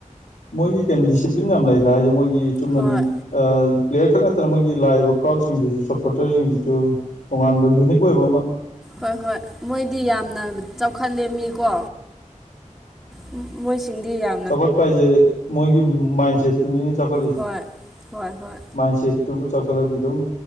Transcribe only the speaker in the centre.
ꯍꯣꯏ
ꯍꯣꯏ-ꯍꯣꯏ ꯃꯣꯏꯗꯤ ꯌꯥꯝꯅ ꯆꯥꯎꯈꯠꯂꯦ ꯃꯤꯀꯣ꯫ ꯎꯝ ꯃꯣꯏꯁꯤꯡꯗꯤ ꯌꯥꯝ
ꯍꯣꯏ ꯍꯣꯏ ꯍꯣꯏ